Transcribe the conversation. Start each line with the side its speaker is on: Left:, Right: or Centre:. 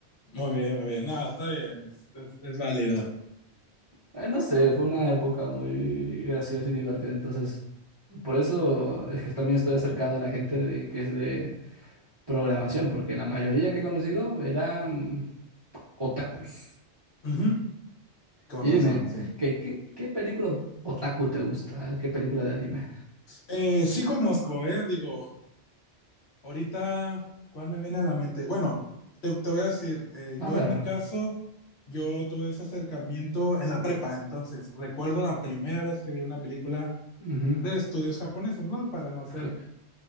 Left: Muy bien, muy bien. No, está bien, es, es, es válido.
Right: Eh, No sé, fue una época muy graciosa y divertida, entonces por eso es que también estoy acercado a la gente de, que es de programación, porque la mayoría que he conocido eran otakus.
Left: Ujú, Con
Right: Y
Left: razón,
Right: dime,
Left: sí.
Right: ¿qué, qué, qué película otaku te gusta? ¿Qué película de anime?
Left: Eh, sí conozco, eh, digo, ahorita, ¿cuál me viene a la mente? Bueno, te, te voy a decir, eh, yo
Right: A ver.
Left: en mi caso, yo tuve ese acercamiento en la prepa, entonces recuerdo la primera vez que vi una película
Right: ujú.
Left: de estudios japoneses, ¿no? Para no ser,
Right: Ok,